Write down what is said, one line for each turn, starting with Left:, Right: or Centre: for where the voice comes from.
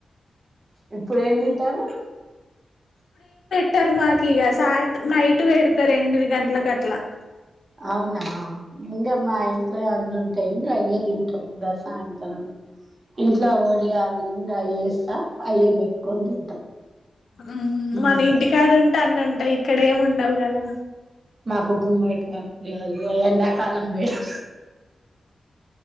Right: ఇప్పుడు ఏ తింటారు
Left: పెారు మాకు ఇక సాయంతం నైట్ పెడతారు ఎనిమిది గంటలకు అట్లా
Right: అవునా ఇంకా మా ఇంట్లో అన్నంటాయి ఇంకా అయే తింటాం దస ఇట్లో ఇంట్లో వఓడియళ ఇంకా అయేస్తా అయే పెట్టుకొని తింటాం
Left: ఉమ్
Right: ఉమ్
Left: మన ఇంటికాడ ఉంటే అన్నం అ ఇక్కడ ఏం ఉండాలి కదా
Right: మాకు గుమ్మడికాయ ఎండాకాలం వేరు